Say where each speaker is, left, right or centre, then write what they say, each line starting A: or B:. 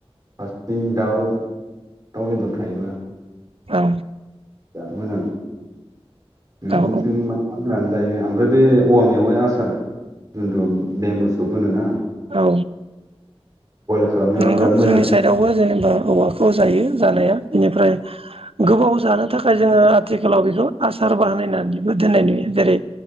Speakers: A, on the right; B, on the right.
A: फारसेथिं दाउ दाउ बेदर थायोबा
B: औ
A: जा मोजां नोंसिनिथिं
B: ना औ
A: मा मा होनानै जायो ओमफ्राय बे औवा मेवाय आसार जन्थु बेम्बु सुब होनो ना
B: औ
A: खालामनायाव
B: नंगौ
A: बिराद मोजां
B: जोंनि साइदआवबो जेनेबा औवा खौ जायो जानाया बेनिफ्राय गोबाव जानो थाखाय जोंङो आथिखालाव बेखौ आसार बाहानायनानैबो दोननाय नुयो जेरै